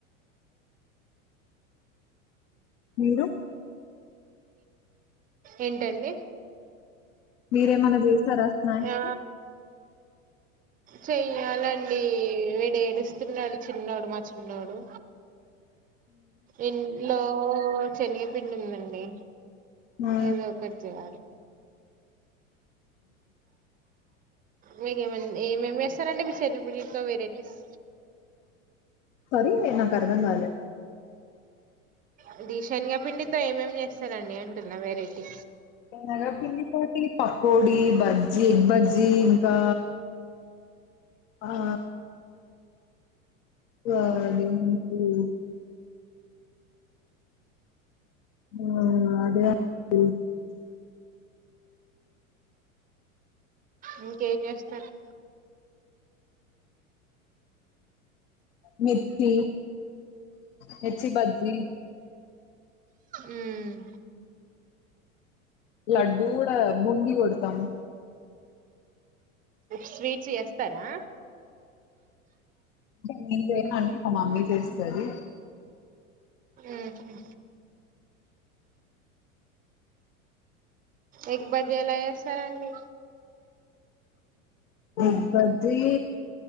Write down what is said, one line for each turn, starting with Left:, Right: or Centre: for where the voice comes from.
Left: మీరు
Right: ఏంటండి
Left: మీరే మన దేశ తరస్ నాయికు
Right: ఆ చెయ్యాలండి విడేడుస్తున్నాడు చిన్నోడు మా చిన్నోడు ఇంట్లో ఓ శనిగపిండి ఉందండి
Left: ఆ
Right: ఏదో ఒకటి చేయాలి మీకేమండి ఏమేమి చేస్తారంటే మీ <unintelligible> వెరైటీస్
Left: సారీ నాకు అర్థం కాలే
Right: అది శనగపిండితో ఏమేం చేస్తారండి అంటున్నా వెరైటీ
Left: ఎగా పిండితోటి పకోడి బజ్జి ఎగ్ బజ్జి ఇంకా ఆ ఆదేమంటరూ ఆ అదే అండి
Right: ఇంకేం చేస్తున్నారని
Left: మిర్చి మిర్చి బజ్జి
Right: ఉమ్
Left: లడ్డూ కూడా బూంగి కొడతాం
Right: స్వీట్స్ చేస్తారా
Left: నేం చేయనండి మా మమ్మీ చేస్తుంది
Right: ఉహు ఎగ్ బజ్జీ ఎలా చేస్తారండి
Left: ఇబ్బది